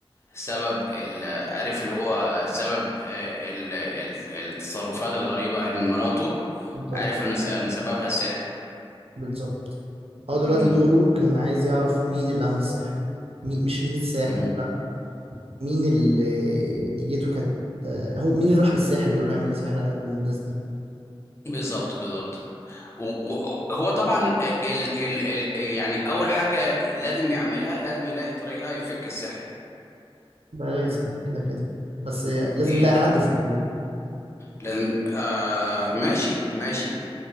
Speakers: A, on the left; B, on the right.
A: سبب ال... عرف اللي هو سبب آه، ال... ال... التصرفات الغريبه عن مراته
B: بالظبط
A: عرف انه س... ان سببها السحر
B: بالظبط هو دلوقتي
A: مم.
B: دوره كان عايز يعرف مين اللي عمل السحر مي مش مين الساحر
A: مهم.
B: لا مين اللي نيته كانت آه، هو مين اللي راح للساحر يقول له اعمل لي سحر على الناس دي
A: بالظبط بالظبط و- و- هو طبعا ال... ال... ال... يعني اول حاجه لازم يعملها لازم يلاقي طريقه يفك السحر
B: ده لازم كده كده بس آه، لازم
A: دي
B: يلاقي حد يفكه له
A: لازم آه ماشي ماشي